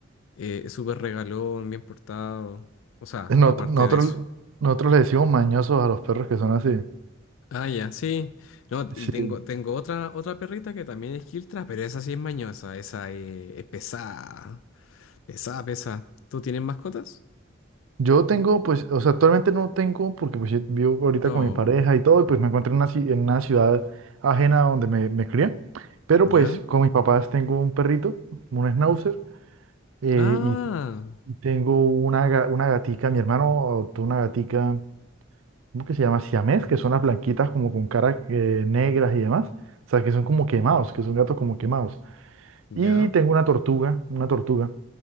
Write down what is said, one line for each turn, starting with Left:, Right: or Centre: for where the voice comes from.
Left: eh, es súper regalón, bien portado, o sea,
Right: Nosotros,
Left: aparte
Right: nosotros,
Left: de eso.
Right: nosotros le decimos mañosos a los perros que son así.
Left: Ah, ya, sí. No, y
Right: Sí.
Left: tengo, tengo otra, otra perrita que también es Kiltra, pero esa sí es mañosa, esa eh, es pesada. Pesa, pesa. ¿Tú tienes mascotas?
Right: Yo tengo, pues, o sea, actualmente no tengo, porque pues yo vivo ahorita
Left: Oh,
Right: con mi pareja y todo, y pues me encuentro en una, ci- en una ciudad ajena a donde me, me crié, pero
Left: ya.
Right: pues con mis papás tengo un perrito, un schnauzer, eh,
Left: Ah,
Right: y y tengo una, ga- una gatica, mi hermano adoptó una gatica, ¿cómo que se llama? Siamés, que son las blanquitas como con caras eh, negras y demás, o sea, que son como quemados, que son gatos como quemados.
Left: ya.
Right: Y tengo una tortuga, una tortuga.